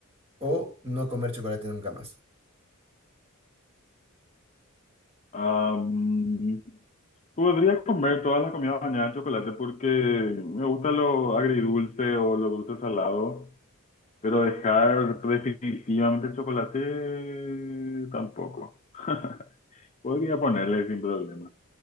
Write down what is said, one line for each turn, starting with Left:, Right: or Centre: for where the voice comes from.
Right: o no comer chocolate nunca más?
Left: Am, podría comer todas las comidas mañana de chocolate porque me gusta lo agridulce o lo dulce salado. Pero dejar definitivamente el chocolate tampoco. <laughs> Podría ponerle sin problema.